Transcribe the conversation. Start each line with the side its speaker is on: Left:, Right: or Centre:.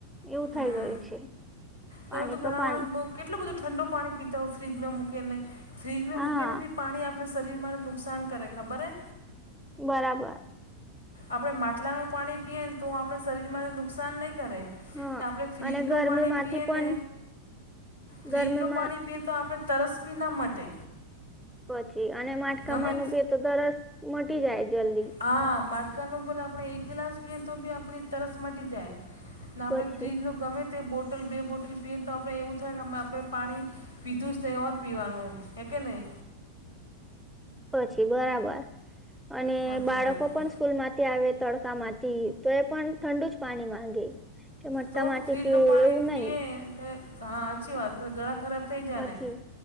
Centre: એવું
Left: હમ
Centre: થઈ ગયું છે પાણી
Left: તમે
Centre: તો
Left: ઘણા
Centre: પાણી
Left: માણસ બહુ કેટલું બધો ઠંડો પાણી પીતા હોય ફ્રીજમાં મૂકીને ફ્રીજમાં
Centre: હા
Left: મૂકીને બી પાણી આપ શરીરમાં નુકસાન કરે ખબર હે
Centre: બરાબર
Left: આપણે માટલાનું પાણી પીએ ને તો હું આપણે શરીરમાં નુકસાન નહીં કરે
Centre: હા
Left: આપણે ફ્રીજ
Centre: અને
Left: નુ
Centre: ગરમી
Left: પાણી
Centre: માંથી
Left: પીએ
Centre: પણ
Left: ને
Centre: ગરમીમાં
Left: ફ્રીજ નુ પાણી પીએ તો આપણે તરસ બી ના મટે
Centre: પછી અને માટકા
Left: ગમે
Centre: માનું બી તો તરસ મટી જાય જલ્દી
Left: હા માટકાનું ભલે આપણે એક ગ્લાસ પીએ તો બી આપણી તરસ મટી જાય ને આપણે
Centre: પછી
Left: ફ્રીજ નુ ગમે તે બોટલ બે બોટલ પીએને તો આપડે એવું થાય કે આપણે પાણી પીધું જ નહી ઓર પીવાનું હૈ કેહીં
Centre: પછી બરાબર અને
Left: સાચી
Centre: બાળકો
Left: વાત છે
Centre: પણ સ્કૂલમાંથી આવે તડકામાંથી તો એ પણ ઠંડુ જ પાણી માંગે. કે મટકા
Left: તો
Centre: માંથી
Left: ફ્રીજનું
Centre: પીવું
Left: પાણી
Centre: એવું
Left: પીએ
Centre: નહી
Left: હા સાચી વાત ગળા ખરાબ થઈ જાય
Centre: પછી
Left: ને